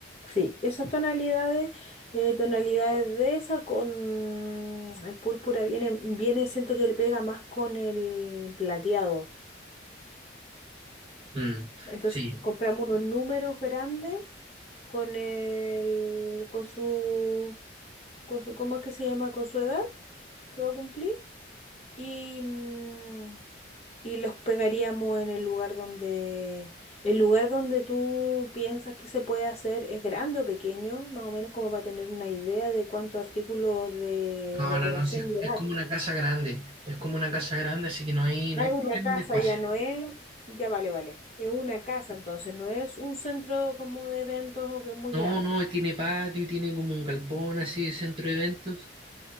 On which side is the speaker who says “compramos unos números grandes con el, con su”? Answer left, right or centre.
Left